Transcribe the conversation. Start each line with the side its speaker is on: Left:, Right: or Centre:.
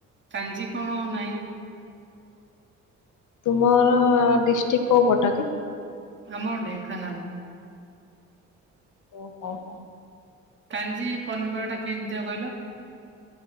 Right: କାଞ୍ଜି କଣ ନାଇଁ।
Left: ତୁମର ଡିଷ୍ଟ୍ରିକ୍ଟ କୋଉ ପଟ?
Right: ଆମ ଢେଙ୍କାନାଳ।
Left: ଓହୋ ହୋ।
Right: କାଞ୍ଜି ପନିପରିବାଟା କେମିତିଆ କହିଲ?